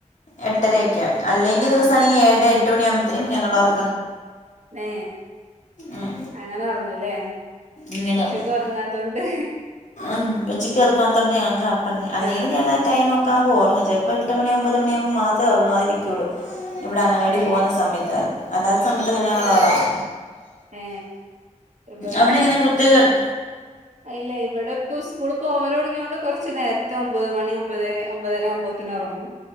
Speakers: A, on the left; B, on the right.
A: എട്ടരക്കെയാ അല്ലെങ്കിദിവസാണെങ്കി
B: ആ
A: ഏഴേ എട്ട് മണിയാമ്പത്തേനും ഞങ്ങളൊറ
B: ഏ
A: ഉം
B: അങ്ങനെ ഒറങ്ങൂലേ
A: ഇങ്ങനെ
B: ഉച്ചക്കൊറങ്ങാത്തോണ്ട്?
A: ഉറങ്ങും ഉം ഉച്ചക്കൊറക്കാത്തോണ്ട് ഞങ്ങക്ക് അപ്പഴ അല്ലെങ്കി
B: ആ
A: ഞങ്ങളാടൈമൊക്കെ ക്കാമ്പോറങ്ങും ചെൽപ്പോ എട്ട് മണി ഒമ്പത് മണിയാമ്പ മാത്രേ ഒറങ്ങാതിരിക്കൊള്ളൂ. ഇവിടെ അങ്ങനവാടി
B: ഏ
A: പോന്ന സമേത്ത് അല്ലാത്ത സമേത്തൊക്കെ
B: ആ
A: ഞങ്ങളൊറങ്ങും.
B: ഏ ഇവിടെ
A: അവിടെ എങ്ങനെ
B: <unintelligible>
A: കുരുത്തക്കേട്
B: ഇല്ല ഇവിടെപ്പം സ്കൂളി പ്പോവാലൊടങ്ങിയൊണ്ട് കൊറച്ച് നേരത്തെ ഒമ്പത് മണി ഒമ്പത് ഒമ്പതര ആമ്പതേനും ഒറങ്ങും.